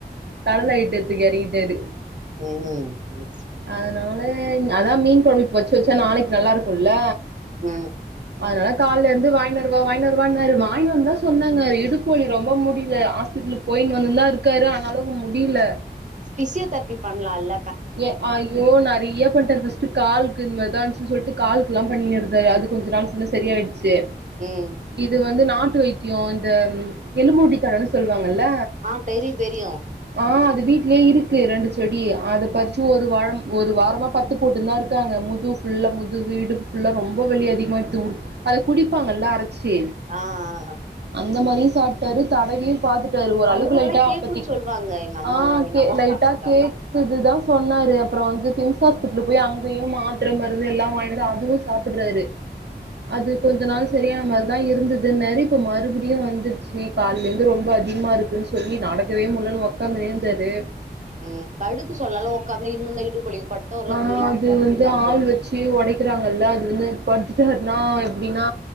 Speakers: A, on the right; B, on the right.
A: கடல் அயிட்டத்துக்கு எறங்கிட்டாரு
B: ம் ம்
A: அதனால அதா மீன் கொழம்பு இப்ப வச்சு வச்சா நாளக்கி நல்லாருக்குல்ல
B: ம்
A: அதனால கால்லருந்து வாய்னருவா வாய்னருவான்னாரு வாய்னுவாந்தா சொன்னாங்க அவுரு இடுப்பு வலி ரொம்ப முடில ஆஸ் பெட்லு போய்னு வந்துனுதான் இருக்காரு ஆனாலும் முடில
B: ஃபிசியோதெரபி பண்லால்ல
A: ஏ ஐயோ நெறைய பண்ட்டாரு ஃபிஸி ட்டு கால்க்கு இந்மார்தா இருந்துச்சுன் சொல்ட்டு கால்க்லாம் பண்ணியிருந்தாரு அது கொஞ்ச நாள் சொன்ன சரியாயிடுச்சு
B: ம்
A: இது வந்து நாட்டு வைத்தியோ இந்த எலும்பூட்டித்தலன் சொல்வாங்கல்ல
B: ஆ தெரியு தெரியு
A: ஆ அது வீட்லே இருக்கு ரெண்டுச்செடி அத பரிச்
B: ஆ
A: வாலம் ஒரு வாரமா பத்து போட்டுன்தாருக்காங்க முதுஃபுல்லா முதுவு இடுப் ஃபுல்லா ரொம்ப வலி அதிகமாயிடுத்து அத குடிப்பாங்கல்ல அரச்சி
B: ஆ ஆ ஆ
A: அந்த மாரியு சாப்ட்டாரு தடவியு பாத்துட்டாரு ஓரளவுக்கு
B: அதெல்லா
A: லைட்டா
B: நல்லா கேக்குன்னு
A: அப்பத்திக்
B: சொல்வாங்க எங்க அம்மாலா
A: ஆ
B: எங்க
A: கே
B: அம்மாவு
A: லைட்டா
B: சாப்ட்ருக்காங்க
A: கேக்குதுதா சொன்னாரு அப்பறொ வந்து பிம்ஸ் ஆஸ்பிட்டல் போய் அங்கியு மாத்தர மருந்து எல்லாம் வாய்னு வந்து அதுவு சாப்புறாரு அது கொஞ்ச நாள் சரியான மார்தா இருந்துதுன்னாரு இப்ப மறுபடியு வந்துருச்சி கால்லேருந்து ரொம்ப அதிகமாருக்குன் சொல்லி நடக்கவே முட்லன் ஒக்காந்தேருந்தாரு
B: ம் படுக்க சொல்லலா உகார்ந்தே இன்னோந்தா இடுப்பு வலிக்கு ஓரளவுக்கு
A: ஆனா
B: ரிலாக்ஸா
A: அது வந்து
B: ஃபீல் ஆகு
A: ஆள் வச்சி உடைக்கிறாங்கல்ல அது வந்து பத்துட்டாருனா எப்டின்னா